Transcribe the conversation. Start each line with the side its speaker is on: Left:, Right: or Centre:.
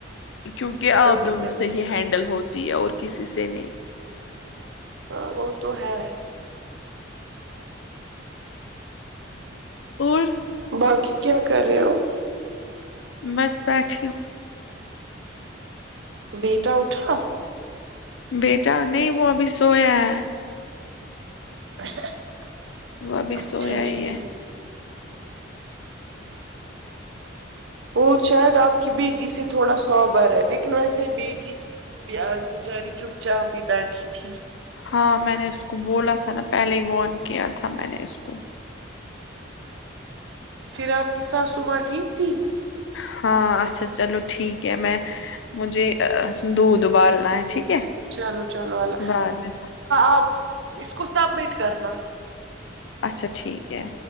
Left: کیونکہ آپ
Right: تبھی
Left: دونوں
Right: ملتا۔
Left: سے ہی ہینڈل ہوتی ہے اور کسی سے نہیں
Right: ہاں وہ تو ہے
Left: اور
Right: باقی کیا کر رہے ہو
Left: بس بیٹھوں
Right: بیٹا اٹا
Left: بیٹا نہیں وہ ابھی سویا ہے
Right: <unintelligible>
Left: وہ ابھی
Right: اچھا
Left: سویا
Right: ٹھیک
Left: ہی ہے
Right: وہ شاید آپ کی بیٹی سے تھوڑا سوبار ہے نہیں لیکن ویسے بیٹی بھی آج بیچاری چپ چا پی بیٹھی تھی
Left: ہاں میں نے اس کو بولا تھا نا پہلے ہی ون کیا تھا میں نے اس کو
Right: پھر آپ کی ساس سمار ٹھیک تھی
Left: ہاں اچھا چلو ٹھیک ہے میں مجھے دودھ ابالنا ہے ٹھیک ہے
Right: چلو چلو اللہ
Left: بعد میں
Right: آ اس کو سبمٹ کرنا
Left: اچھا ٹھیک ہے